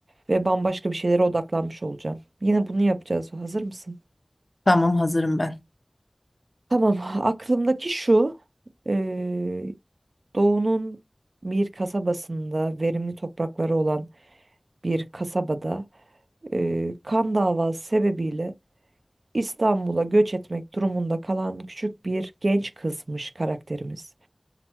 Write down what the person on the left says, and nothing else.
Tamam, hazırım ben.